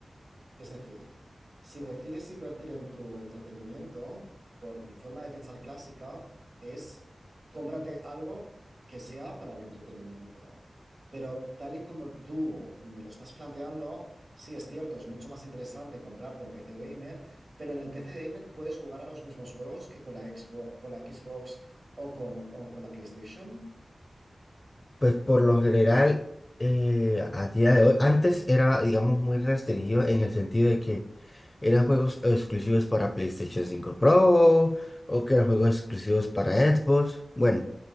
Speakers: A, on the right (about 55°); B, on the left (about 25°).
A: Es decir, si decides invertir en tu entretenimiento, por mi forma de pensar clásica, es cómprate algo que sea para el entretenimiento. Pero tal y como tú me lo estás planteando, sí es cierto, es mucho más interesante comprarte un PC gamer, pero en el PC gamer puedes jugar a los mismos juegos que con la Xbox, con la Xbox o con, o con la PlayStation.
B: Pues por lo general, eh, a día de hoy, antes era, digamos, muy restringido en el sentido de que ¿Eran juegos exclusivos para PlayStation 5 Pro o que eran juegos exclusivos para Xbox? Bueno,
A: Mm.